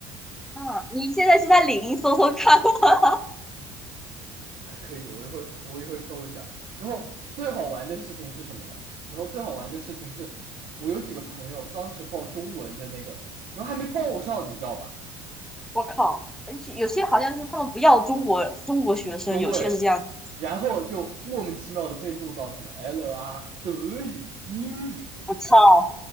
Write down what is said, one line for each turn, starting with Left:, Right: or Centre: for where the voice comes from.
Centre: 啊？你现在是在领英搜搜看。<laughs>
Right: 哎，可以，我一会儿我一会儿搜一下。然后最好玩的事情是什么呢？
Centre: 嗯
Right: 然后最好玩的事情是，我有几个朋友当时报中文的那个，然后还没报上，你知道吧？
Centre: 我靠，而且有些好像是他们不要中国中国学生，
Right: 对，
Centre: 有些是这样子
Right: 然后就莫名其妙的被录到什么 L 啊、德语、英语，
Centre: 我操，